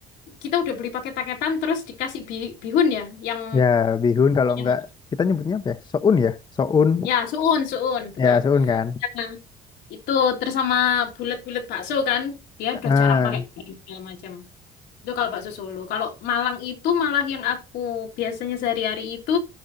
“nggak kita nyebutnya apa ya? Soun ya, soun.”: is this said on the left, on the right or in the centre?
Left